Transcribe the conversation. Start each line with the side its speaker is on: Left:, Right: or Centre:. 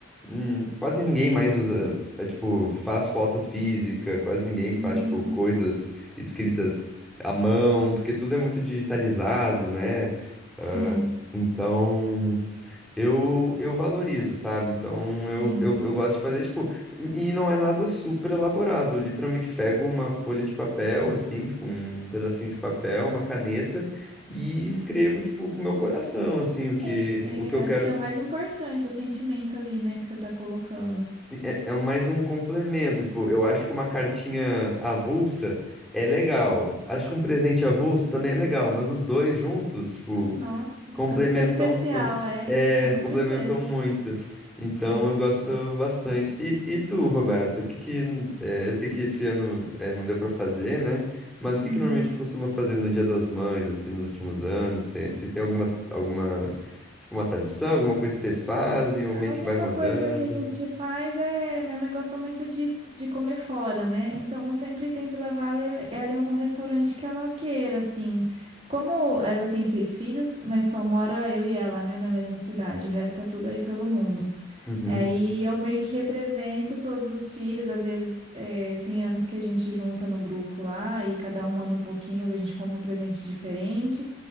Centre: hum, quase ninguém mais usa, é, tipo, faz foto física, quase ninguém faz,
Right: Uhum.
Centre: tipo, coisas escritas à mão, porque tudo é muito digitalizado, né? Ah,
Right: Sim,
Centre: então. Eu, eu valorizo, sabe? Então eu,
Right: sim.
Centre: eu, eu gosto de fazer, tipo, e não é nada super elaborado. Eu literalmente pego uma folha de papel, assim, tipo, um pedacinho de papel, uma caneta, e escrevo, tipo, com o meu coração, assim, o que,
Right: Sim, é,
Centre: o que eu
Right: acho
Centre: quero.
Right: que é o mais importante, é o sentimento ali, né, que você tá colocando.
Centre: assim, É, é mais um complemento. Tipo, eu acho que uma cartinha avulsa é legal. Acho que um presente avulso também é legal, mas os dois juntos, tipo.
Right: Nossa,
Centre: Complementam,
Right: fica super especial,
Centre: su-
Right: é,
Centre: é,
Right: com certeza,
Centre: complementam muito. Então
Right: com certeza.
Centre: eu gosto bastante. E, e tu, Roberto, o que que é, eu sei que esse ano é, não deu pra fazer, né? Mas
Right: Uhum.
Centre: o que que normalmente tu costuma fazer no Dia das Mães, assim, nos últimos anos? Tem, vocês têm alguma alguma tipo uma tradição, alguma coisa que vocês fazem
Right: A
Centre: ou meio
Right: única
Centre: que vai mudando?
Right: coisa que a gente faz é, minha mãe gosta muito de, de comer fora, né? Então eu sempre tento levar ela ela em algum restaurante que ela queira, assim. Como ela tem seis filhos, mas só mora eu e ela, né, na mesma cidade, o resto tá tudo aí pelo mundo.
Centre: Uhum,
Right: E Aí eu meio que represento todos os filhos. Às vezes eh, tem anos que a gente junta no grupo lá e cada um manda um pouquinho, a gente compra um presente diferente.